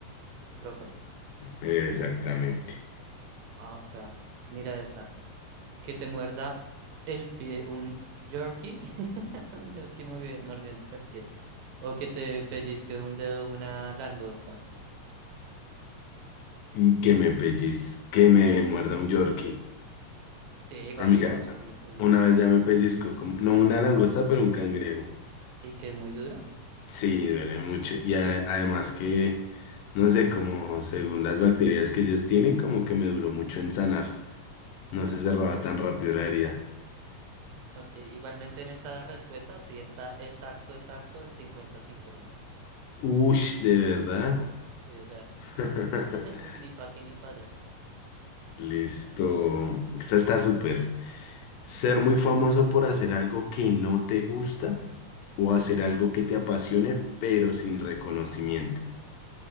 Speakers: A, on the right; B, on the left.
A: brócoli.
B: Exactamente.
A: Acá, mira esta. Que te muerda el pie un jerky <laughs> Un Yorkie movi- mordiéndote el pie. O que te pellizque un dedo una langosta.
B: Y que me pelliz, que me muerda un Yorkie.
A: Sí, igual
B: Amiga,
A: son como chiquitos, ¿no?
B: una vez ya me pellizco, como, no una langosta, pero un cangrejo.
A: Y que es muy duro.
B: Sí, duele mucho. Y a- además que, no sé, como según las bacterias que ellos tienen, como que me duró mucho en sanar. No
A: Ya.
B: se cerraba tan rápido la herida.
A: Ok, igualmente en esta respuesta sí está exacto, exacto el cincuenta cincuenta
B: Uy, de verdad.
A: Sí, o sea.
B: <laughs>
A: <laughs> Ni para aquí ni para allá.
B: Listo. Esta está súper. Ser muy famoso por hacer algo que no te gusta o hacer algo que te apasione, pero sin reconocimiento.